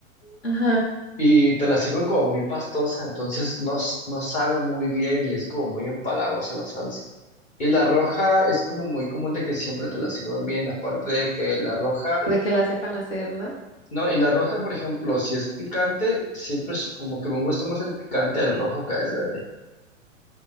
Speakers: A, on the left; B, on the left.
A: Ajá.
B: Y te la sirven como muy pastosa, entonces no, s- no sabe muy bien y es como muy empalagosa la salsa. Y la roja es como muy común de que siempre te la sirvan bien, aparte de que la roja,
A: De que las sepan hacer, ¿no?
B: no, y la roja, por ejemplo, si es picante, siempre es como que me gusta más el picante del rojo que el verde.